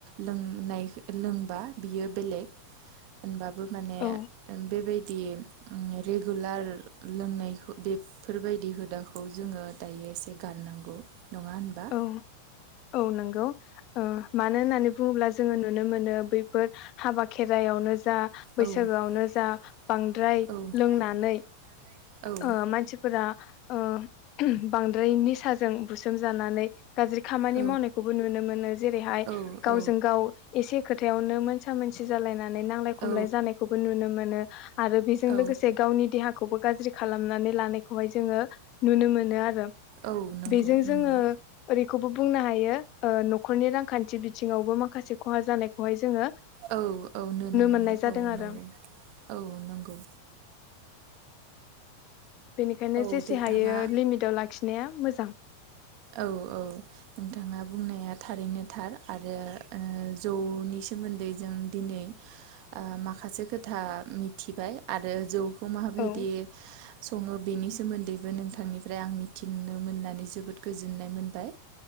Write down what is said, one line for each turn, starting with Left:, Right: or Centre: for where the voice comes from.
Right: लोंनाय लोंबा बियो बेलेग होनबाबो माने
Left: औ
Right: बेबाय जुदि रेगुलार लोंनाय बेफोरबायदि हुदाखौ जोङो दायो एसे गारनांगौ। नङा होनबा
Left: औ औ नंगौ ओ मानो होननानै बुङोब्ला जोङो नुनो मोनो बैफोर हाबा खेरायावनो जा बैसागोआवनो
Right: औ
Left: जा बांद्राय
Right: औ
Left: लोंनानै
Right: औ
Left: ओ मानसिफोरा ओ बांद्राय निसाजों बुसोम जानानै गाज्रि खामानि
Right: औ
Left: मावनायखौबो नुनो मोनो जेरैहाय
Right: औ
Left: गावजों गाव एसे खोथायावनो मोनसा मोनसि जालायनानै नांलाय खमलाय
Right: औ
Left: जानायखौबो नुनों मोनो आरो बेजों
Right: औ
Left: लोगोसे गावनि देहा खौबो गाज्रि खालामनानै लानायखौहाय जोङो नुनो मोनो आरो
Right: औ नंगौ
Left: बेजों
Right: नंगौ।
Left: जोङो ओरैखौबो बुंनो हायो ओ न'खरनि रांखान्थि बिथिङावबो माखासे खहा जानायखौहाय जोङो
Right: औ औ नुनो मोनो
Left: मोननाय जादों
Right: औ
Left: आरो
Right: नंगौ औ नंगौ
Left: बेनिखायनो
Right: औ
Left: जेसे
Right: नोंथाङा
Left: हायो लिमिटाव लाखिनाया मोजां।
Right: औ औ नोंथाङा बुंनाया थारैनो थार आरो ओ जौनि सोमोन्दै जों दिनै माखासे खोथा मिथिबाय आरो जौ मा बायदि
Left: औ
Right: सं बेनि सोमोन्दैबो नोंथांनिफ्राय आं मिथिनो मोननानै जोबोद गोजोननाय मोनबाय।